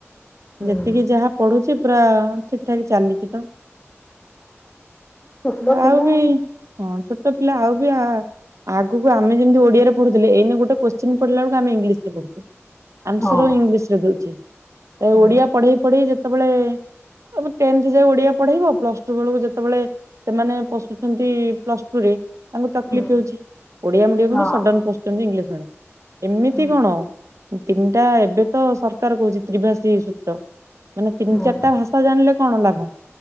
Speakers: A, on the left; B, on the right.
A: ହୁଁ
B: ଯେତିକି ଯାହା ପଢୁଛି ପୁରା ଠିକ୍ ଠାକ୍ ଚାଲିଛି ତ।
A: ଛୋଟ
B: ଯାହା
A: ପିଲା
B: ଆଉ ବି ହଁ ଛୋଟ ପିଲା ଆଉ ବି ଆ ଆଗକୁ ଆମେ ଯେମିତି ଓଡ଼ିଆରେ ପଢୁଥିଲେ ଏଇନେ ଗୋଟେ କୋଶ୍ଚିନ ପଢିଲା ବେଳକୁ ଆମେ ଇଂଲିଶରେ ପଢୁଛେ। ଆନ୍ସର
A: ହଁ
B: ଇଂଲିଶ ରେ ଦଉଚେ
A: ହୁଁ
B: ଓଡିଆ ପଢେଇ ପଢେଇ ଯେ ସେତେବେଳେ ଆମେ ଟେନ୍ଥ ଯାକେ ଓଡିଆ ପଢେଇବ ପ୍ଲସ ଟୁ ବେଳକୁ ଯେତେବେଳେ ସେମାନେ ପଶୁଛନ୍ତି ପ୍ଲସ ଟୁ ରେ ତାଙ୍କୁ ତକଲିଫ
A: ହୁଁ
B: ହେଉଛି ଓଡିଆ ମିଡିୟମ
A: ହଁ
B: ରୁ ସଡନ ପଶୁଛନ୍ତି ଇଂଲିଶ ମିଡିଅମ। ଏମିତି
A: ହୁଁ
B: କଣ ତିନିଟା ଏବେ ତ ସରକାର କହୁଛି ତ୍ରିଭାଷୀ ସୂତ୍ର ମାନେ ତିନି
A: ହୁଁ
B: ଚାରିଟା ଭାଷା ଜାଣିଲେ କଣ ଲାଭ।